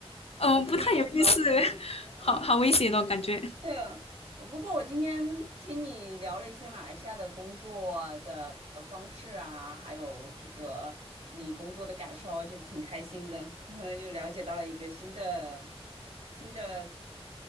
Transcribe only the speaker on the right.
我今天也很高兴，
真的。
对啊，我不过我今天听你聊了一些马来西亚的工作的呃方式啊，还有这个你工作的感受，我觉得挺开心的，<laughs> 然后又了解到了一个新的、新的